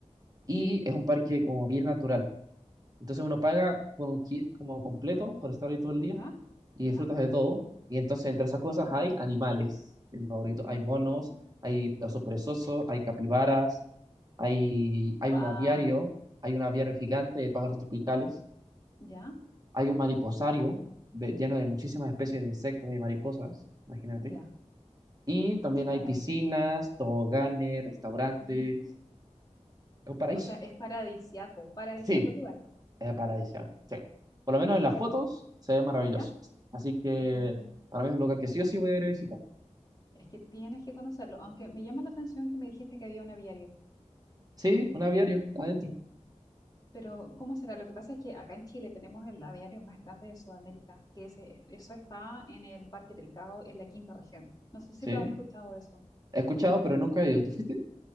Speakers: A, on the right (about 30°); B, on the left (about 30°).
A: y es un parque como bien natural. Entonces uno paga por un kit como completo por estar ahí todo el día
B: ¿Ya?
A: y
B: ¿Ya?
A: disfrutas de todo. Y entonces entre esas cosas
B: <clears throat>
A: hay animales, en Maurito
B: Mm,
A: hay monos, hay osos perezosos, hay capibaras, hay, hay
B: wow.
A: un aviario, hay un aviario gigante de pájaros tropicales,
B: ¿Ya?
A: hay un mariposario de- lleno de muchísimas especies de insectos y mariposas, imagínate.
B: ¿Ya?
A: Y también
B: Qué maravilloso.
A: hay piscinas, toboganes, restaurantes,
B: Mm.
A: es un paraíso.
B: O sea, es paradisiaco, paradisiaco
A: Sí,
B: el lugar.
A: es paradisíaco, sí. Por lo menos en las
B: Qué
A: fotos
B: hermoso.
A: se ve maravilloso.
B: ¿Ya?
A: Así que
B: Mm.
A: para mí es un lugar que sí o sí voy a ir a visitar.
B: Es que tienes que conocerlo, aunque me llama la atención que me dijiste que había un aviario.
A: Sí, un aviario adentro.
B: Pero, ¿cómo será? Lo que pasa es que acá en Chile tenemos el aviario más grande de Sudamérica, que ese- eso está en el Parque Tricao, en la quinta región. No sé si
A: Sí,
B: tú has escuchado de eso.
A: he escuchado, pero nunca he ido. ¿Tú fuiste?